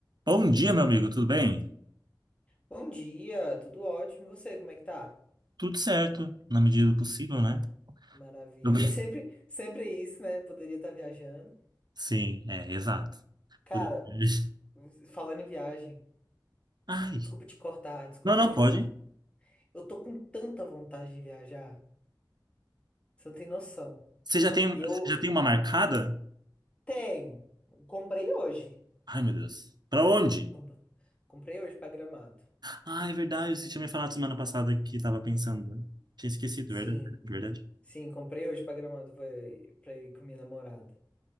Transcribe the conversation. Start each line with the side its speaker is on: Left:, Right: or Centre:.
Right: Bom dia, meu amigo, tudo bem?
Left: Bom dia, tudo ótimo. E você, como é que tá?
Right: Tudo certo, na medida do possível, né?
Left: Maravilha.
Right: Do- <laughs>
Left: <laughs> Sempre, sempre é isso, né? Poderia estar viajando.
Right: Sim, é, exato.
Left: Cara,
Right: Por- <laughs>
Left: falando em viagem,
Right: Ai,
Left: desculpa te cortar, desculpa
Right: não, não
Left: te cortar.
Right: pode.
Left: Eu tô com tanta vontade de viajar, você não tem noção.
Right: Você já tem,
Left: E
Right: você
Left: eu
Right: já tem uma marcada?
Left: tenho. Comprei hoje.
Right: Ai, meu Deus. Pra onde?
Left: Compa- Comprei hoje pra Gramado.
Right: Ah, é verdade, você tinha me falado semana passada que tava pensando, né? Tinha esquecido,
Left: Sim,
Right: verdade, verdade.
Left: sim, comprei hoje pra Gramado vai- pra ir com minha namorada.